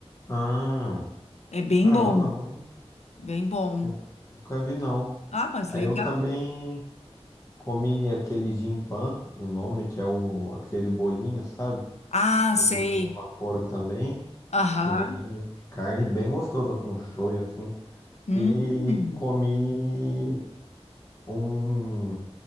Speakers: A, on the left; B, on the left.
A: Ah,
B: É bem
A: caramba,
B: bom,
A: não,
B: bem bom.
A: nu- nunca vi não.
B: Ah, mas
A: Aí
B: legal.
A: eu também. Comi aquele gin pan, o nome que é o, aquele bolinho, sabe?
B: Ah,
A: Cozido
B: sei.
A: no vapor também,
B: Aham.
A: pequenininho, de carne, bem gostoso com shoyu assim.
B: Hum.
A: E comi um